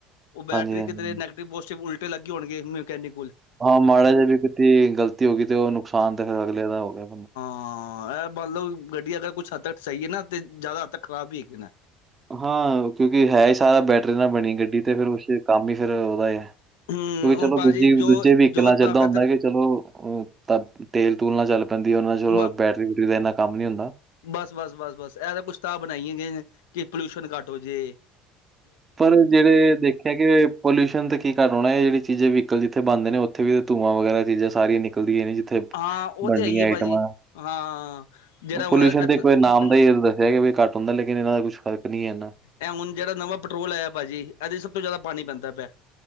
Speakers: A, on the left; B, on the right.
A: ਉਹ ਬੈਟਰੀ
B: ਹਾਂਜੀ, ਹਾਂਜੀ
A: ਕਿਤੇਰੇ ਨੈਗਟਵ ਪੋਜ਼ਟਿਵ ਉਲਟੇ ਲੱਗੇ ਹੋਣਗੇ ਮਕੈਨਿਕ ਕੁਲ
B: ਹਾਂ ਮਾੜਾ ਜਿਹਾ ਵੀ ਕਿ ਕੀਤੀ ਗਲਤੀ ਹੋ ਗਈ ਤੇ ਉਹ ਨੁਕਸਾਨ ਤਾਂ ਫਿਰ ਅਗਲੇ ਦਾ ਹੋ ਗਿਆ
A: ਹਾਂ ਇਹ ਮੰਨ ਲਓ ਗੱਡੀ ਅਗਰ ਕੁਛ ਹੱਦ ਤੱਕ ਸਹੀ ਐ ਨਾਂ ਤੇ ਜ਼ਿਆਦਾ ਹੱਦ ਤੱਕ਼ ਖਰਾਬ ਈ ਹੈਗੇ ਨੈਂ
B: ਹਾਂ ਕਿਉਂਕਿ ਹੈ ਹੀ ਸਾਰਾ ਬੈਟਰੀ ਨਾਲ ਬਣੀ ਗੱਡੀ ਤੇ ਫਿਰ ਉਸ ਕੰਮ ਹੀ ਫਿਰ ਉਹਦਾ ਐ
A: ਹਮ
B: ਕਿਉਕਿ ਚਲੋ
A: ਹੁਣ ਭਾਜੀ
B: ਦੂਜੀ,
A: ਜੋ
B: ਦੂਜੇ ਵੀ ਇਕਲਾ
A: ਜੋ
B: ਚੱਲਦਾ
A: ਤਾਕਤ
B: ਹੁੰਦਾ ਵੀ ਚਲੋ ਤਾਂ ਤੇਲ ਤੂਲ ਨਾਲ ਚੱਲ ਪੈਂਦੀ ਉਹ ਨਾਲ ਚਲੋ,
A: ਬ
B: ਬੈਟਰੀ ਵੂਟਰੀ ਦਾ ਇੰਨਾ ਕੰਮ ਨੀਂ ਹੁੰਦਾ
A: ਬਸ, ਬਸ, ਬਸ ਬਸ, ਇਹ ਤਾਂ ਕੁਛ ਤਾਂ ਬਣਾਈਆਂ ਗਈਆਂ ਨੇਂ ਕਿ ਪੋਲਿਊਸ਼ਨ ਘੱਟ ਹੋ ਜਏ
B: ਪਰ ਜਿਹੜੇ ਦੇਖਿਆ ਕਿ ਪੋਲਿਊਸ਼ਨ ਤੇ ਕੀ ਘਟ ਹੋਣਾ, ਇਹ ਜਹੜ ਚੀਜ਼ ਵੀਹੀਕਲ ਜਿੱਥੇ ਬੰਣਦੇ ਨੇਂ, ਉੱਥੇ ਵੀ ਧੂਆਂ ਵਗੈਰਾ ਚੀਜ਼ਾਂ ਸਾਰੀਆਂ ਨਿਕਲਦੀ ਨੇਂ ਥੇ
A: ਹਾਂ ਉਹ
B: ਬਣਨੀਆਂ
A: ਤੇ ਹੈ ਹੀ ਹੈ
B: ਆਈਟਮਾਂ,
A: ਭਾਜੀ ਹਾਂ ਜਿਹੜਾ ਹੁਣ
B: ਪੋਲਿਊਸ਼ਨ
A: ਇੱਥ
B: ਦੇ ਕੋਈ ਨਾਮ
A: ਇਹ
B: ਦਾ ਈ ਰਹਿੰਦਾ ਇਹਹਿ ਕਿ ਵੀ ਘੱਟ ਹੁੰਦਾ, ਲੇਕਿਨ ਇਹਨਾਂ ਦਾ ਕੁਛ ਫਰਕ ਨਈਂ ਐ
A: ਇਹ ਹੁਣ ਜਿਹੜਾ ਨਵਾਂ ਪੈਟਰੋਲ ਆਇਆ ਪਾਜੀ, ਇਹਦੇ ਚ ਸਭ ਤੋਂ ਜ਼ਿਆਦਾ ਪਾਣੀ ਪੈਂਦਾ ਪਿਆ।